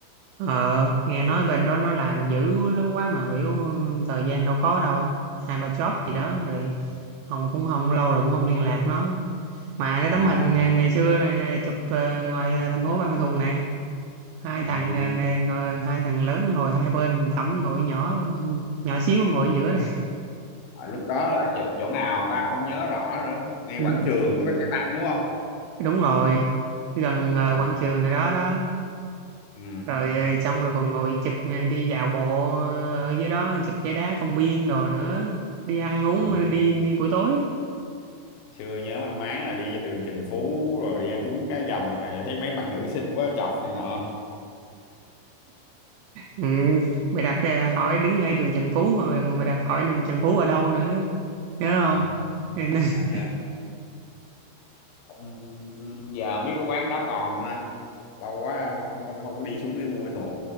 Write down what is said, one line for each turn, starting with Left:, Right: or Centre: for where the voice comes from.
Right: Ờ, nghe nói bên đó nó làm dữ lắm quá mà biểu ừ, thời gian đâu có đâu. Hai ba job
Left: ừ.
Right: gì đó rồi không cũng không lâu rồi cũng không liên lạc nó. Mà cái
Left: mà
Right: tấm hình ờ, ngày xưa này, à, chụp ờ, ngoài ờ, thành phố Ban Ma Thuột nè. Hai
Left: ừ,
Right: thằng ờ, ngồi, hai thằng lớn ngồi hai bên, Thẩm ngồi nhỏ nhỏ xíu ngồi ở giữa này.
Left: À, lúc đó là chụp chỗ nào ta không nhớ rõ nữa ngay
Right: Ừ,
Left: quảng trường có cái xe tăng đúng không
Right: Đúng rồi, gần ờ,
Left: ừ.
Right: quảng trường rồi đó đó.
Left: Ừ.
Right: rồi ờ, xong rồi còn ngồi chụp ờ, đi dạo bộ ờ, ở dưới đó chụp cái đá công viên rồi nữa đi ăn uống
Left: Ừ.
Right: ờ, đi đi buổi tối
Left: chưa nhớ mang máng là đi trên đường Trần Phú rồi đi ăn bún cá dầm này thấy mấy bạn nữ xinh quá chọc này nọ
Right: ừ, mày đặt ờ, hỏi đứng ngay đường Trần Phú mà mày đặt hỏi đường Trần Phú ở đâu nữa nhớ không
Left: ừ.
Right: Nên- <laughs>
Left: dạ, dạ. Không- giờ không biết cái quán đó còn không nè lâu quá không không, không có đi xuống cái Buôn Ma Thuột